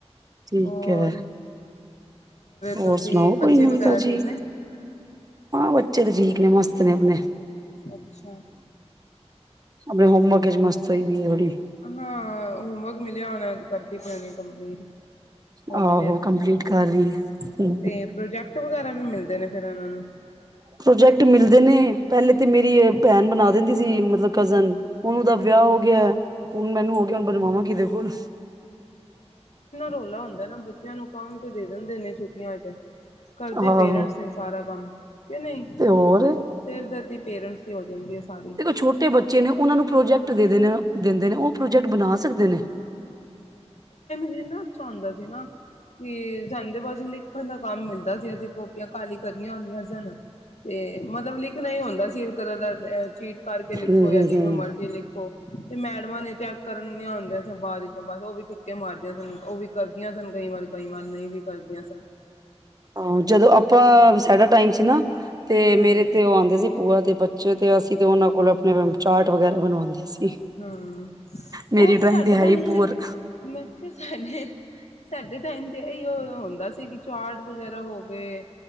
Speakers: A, on the right; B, on the left.
A: ਠੀਕ
B: ਹੋਰ
A: ਐ, ਹੋਰ
B: ਤੁਸੀਂ
A: ਸੁਣਾਓ ਕੋਈ
B: ਬੱਚੇ
A: ਨਵੀ
B: ਵਗੈਰਾ
A: ਤਾਜ਼ੀ
B: ਠੀਕ ਨੇ
A: ਹਾਂ ਬੱਚੇ ਤਾਂ ਠੀਕ? ਆਪਣੇ ਮਸਤ ਨੇ ਆਪਣੇ।
B: ਅੱਛਾ।
A: ਹਲੇ ਹੋਮਵਰਕ ਵਿੱਚ ਮਸਤ ਹੋਈ ਪਈ ਐ ਥੋੜੀ
B: ਹਾਂ ਹੋਮਵਰਕ ਮਿਲਿਆ ਹੋਣਾ ਕਰਦੀ ਪਈ ਹੋਣੀ ਕੰਪਲੀਟ। ਹੋਲੀਡੇਜ਼
A: ਆਹੋ ਕੰਪਲੀਟ
B: ਹੋਮਵਰਕ
A: ਕਰ ਰਹੀ ਏ
B: ਤੇ ਪ੍ਰੋਜੈਕਟ ਵਗੈਰਾ ਵੀ ਮਿਲਦੇ ਨੇ ਫਿਰ ਉਹਨਾਂ ਨੂੰ
A: ਪ੍ਰੋਜੈਕਟ ਮਿਲਦੇ ਨੇ ਪਹਿਲੇ ਤੇ ਮੇਰੀ ਭੈਣ ਬਣਾ ਦਿੰਦੀ ਸੀ ਮਤਲਬ ਕਜ਼ਨ ਹੁਣ ਉਹਦਾ
B: ਅੱਛਾ
A: ਵਿਆਹ ਹੋ ਗਿਆ ਹੁਣ ਮੈਨੂੰ ਹੋ ਗਿਆ
B: ਅੱਛਾ
A: ਹੁਣ ਬਣਵਾਵਾਂ ਕਿਦੇ ਕੋਲ
B: ਲਾ ਹੁੰਦੈ ਨਾ ਬੱਚਿਆਂ ਨੂੰ ਕੰਮ ਤੇ ਦੇ ਦਿੰਦੇ ਨੇ ਛੁੱਟੀਆਂ ਚ। ਕਰਦੇ
A: ਆਹੋ
B: ਪੇਰੈਂਟਸ ਨੇ ਸਾਰਾ ਕੰਮ ਕਿ ਨਹੀਂ
A: ਤੇ ਹੋਰ
B: ਸਿਰ ਦਰਦੀ ਪੇਰੈਂਟਸ ਦੀ ਹੋ ਜਾਂਦੀ ਹੈ। ਸਾਰੀ
A: ਦੇਖੋ ਛੋਟੇ ਬੱਚੇ ਨੇ ਉਹਨਾਂ ਨੂੰ ਪ੍ਰੋਜੈਕਟ ਦੇ ਨੇ ਦਿੰਦੇ ਨੇ ਉਹ ਪ੍ਰੋਜੈਕਟ ਬਣਾ ਸਕਦੇ ਨੇ।
B: ਇਨਾਂ ਅੰਛਾ ਹੁੰਦਾ ਸੀ ਨਾ ਕਿ ਸਾੰਨ ਤੇ ਬਸ ਲਿਖਣ ਦਾ। ਕੰਮ ਮਿਲਦਾ ਸੀ ਅਸੀਂ ਕੋਪੀਆਂ ਕਾਲੀ ਕਰਨੀਆਂ ਹੁੰਦੀਆਂ ਸਨ ਤੇ ਮਤਲਬ ਲਿਖਣਾ ਹੀ ਹੁੰਦਾ ਸੀ ਇੱਕ ਤਰ੍ਹਾਂ ਦਾ ਅ ਚੀਟ ਕਰਕੇ ਲਿਖੋ
A: ਹੂੰ, ਹੂੰ,
B: ਜਾਂ ਜਿਵੇਂ
A: ਹੂੰ।
B: ਮਰਜੀ ਲਿਖੋ ਤੇ ਮੈਡਮਾਂ ਨੇ ਚੈੱਕ ਕਰਨ ਨ ਹੁੰਦੈ ਉਹ ਵੀ ਠਿੱਕੇ ਮਾਰਦੀਆਂ ਸਨ ਉਹ ਵੀ ਕਰਦੀਆਂ ਸਨ ਕਈ ਵਾਰ ਕਈ ਵਾਰ ਨਹੀਂ ਵੀ ਕਰਦੀਆਂ ਸਨ।
A: ਹਾਂ ਜਦੋਂ ਆਪਾਂ ਸਾਡਾ ਟਾਈਮ ਸੀ ਨਾ ਤੇ ਮੇਰੇ
B: ਹਾਂਜੀ
A: ਤੇ ਉਹ ਆਉਂਦੇ ਸੀ ਭੂਆ ਤੇ ਬੱਚੇ ਤੇ ਅਸੀਂ ਤੇ ਉਹਨਾਂ ਕੋਲ ਆਪਣੇ ਚਾਟ ਵਗੈਰਾ ਬਣਵਾਉਂਦੇ ਸੀ।
B: ਹਾਂ
A: ਮੇਰੀ
B: ਉਹ
A: ਡਰਾਇੰਗ
B: ਸਾਡੇ
A: ਤੇ ਹੈ
B: ਤਾਂ
A: ਹੀ ਪੂਅਰ
B: ਸਿਰ ਮੈਂ ਕਿਹਾ ਸਾਡੇ ਸਾਡੇ ਟਾਈਮ ਤੇ ਇਹੀ ਓ ਹੁੰਦਾ ਸੀ ਕਿ ਚਾਰਟ ਵਗੈਰਾ ਹੋ ਗਏ।